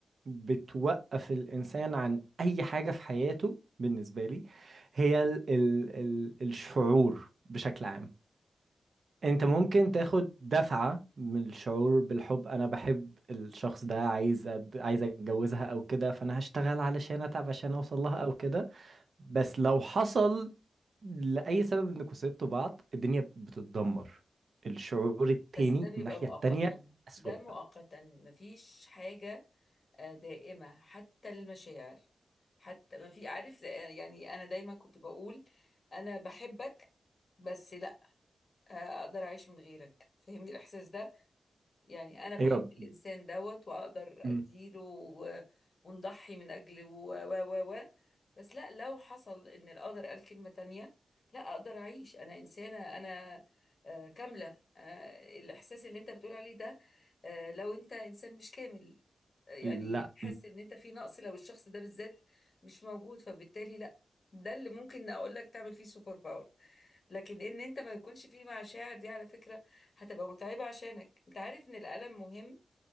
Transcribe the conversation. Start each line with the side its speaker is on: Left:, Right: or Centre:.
Right: بتوقف الإنسان عن أي حاجة في حياته بالنسبة لي هي ال ال ال الشعور بشكل عام أنت ممكن تاخد دفعة من الشعور بالحب أنا بحب الشخص ده عايز أد... عايز أتجوزها أو كده فأنا هشتغل علشان أتعب عشان أوصل لها أو كده بس لو حصل لأي سبب إنكوا سبتوا بعض الدنيا بتتدمر الشعور التاني
Left: بس ده بيبقى
Right: الناحية
Left: مؤقتا
Right: التانية أسوأ
Left: ده مؤقتا مفيش حاجة آه، دائمة حتى المشاعر حتى ما في عارف آه، يعني أنا دايما كنت بقول أنا بحبك بس لا آه، أقدر أعيش من غيرك فهمني الإحساس ده يعني انا بحب
Right: أيوه
Left: الانسان دوت واقدر
Right: م.
Left: اديله و- ونضحي من اجله و و و و بس لا لو حصل ان القدر قال كلمة تانية لا اقدر اعيش انا انسانة انا آه، كاملة آه، الاحساس اللي انت بتقول عليه ده آه، لو انت انسان مش كامل آه، يعني
Right: لا
Left: تحس ان انت في نقص لو الشخص ده بالذات مش موجود فبالتالي لا ده اللي ممكن اقول لك تعمل فيه سوبر باور لكن ان انت ما يكونش فيه مشاعر دي على فكرة هتبقى متعبة عشانك انت عارف ان الألم مهم